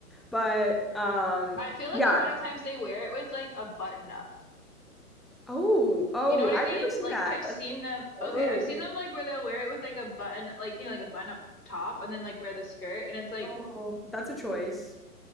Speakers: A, in the centre; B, on the left.
A: But um
B: I feel like
A: yeah,
B: a
A: I
B: lot
A: don't
B: of times
A: know.
B: they wear it with like a button up.
A: Oh, oh,
B: You know what
A: I've
B: I mean?
A: never seen
B: Like
A: that.
B: I've seen
A: That's
B: them, okay,
A: oh.
B: I've seen them like where they'll wear it with like a button, like you know, like a button up top and then like wear the skirt and it's like,
A: Oh, that's a choice.